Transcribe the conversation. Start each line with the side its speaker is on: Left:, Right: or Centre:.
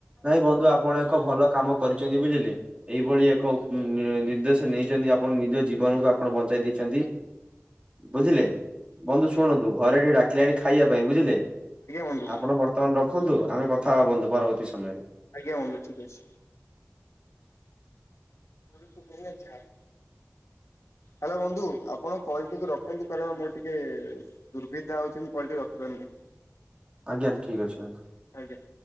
Right: ନାଇଁ ବନ୍ଧୁ ଆପଣ ଏକ ଭଲ କାମ କରିଛନ୍ତି ବୁଝିଲେ ଏଇଭଳି ଏକ ନିର୍ଦ୍ଦେଶ ନେଇଛନ୍ତି ଆପଣ ନିଜ ଜୀବନକୁ ଆପଣ ବଞ୍ଚାଇ ଦେଇଛନ୍ତି ବୁଝିଲେ ବନ୍ଧୁ ଶୁଣନ୍ତୁ ଘରେ ଟିକି ଡାକିଲେଣି ଖାଇବା ପାଇଁ ବୁଝିଲେ
Left: ବନ୍ଧୁ
Right: ଆପଣ ବର୍ତ୍ତମାନ ତମ ରଖନ୍ତୁ ଆମେ କଥା ହବା ବନ୍ଧୁ ପରବର୍ତ୍ତୀ ସମୟରେ।
Left: ଆଜ୍ଞା ବନ୍ଧୁ ଠିକ୍ ଅଛି। <unintelligible> ହାଲୋ ବନ୍ଧୁ ଆପଣ କଲଟିକୁ ରଖନ୍ତୁ କାରଣ ମୁଁ ଟିକେ ଦୁର୍ବିଧା ହଉଛି କିନ୍ତୁ କଲଟିକୁ ରଖିପାରୁନି
Right: ଆଜ୍ଞା ଠିକ୍ ଅଛି।
Left: ଆଜ୍ଞା।